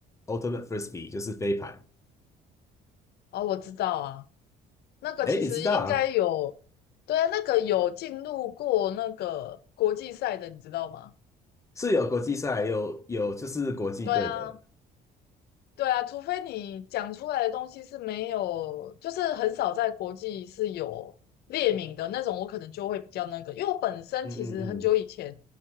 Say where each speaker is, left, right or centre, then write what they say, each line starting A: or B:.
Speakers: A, on the left; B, on the left.
A: Ultimate Frisbee，就是飞盘。
B: 哦，我知道啊，那个其实应该有，
A: 哎，你知道啊，
B: 对啊，那个有进入过那个国际赛的，你知道吗？
A: 是有国际赛，有有就是国际队的。
B: 对啊，对啊，除非你讲出来的东西是没有，就是很少在国际是有列名的那种，我可能就会比较那个。因为我本身其实很久以前，
A: 嗯嗯嗯，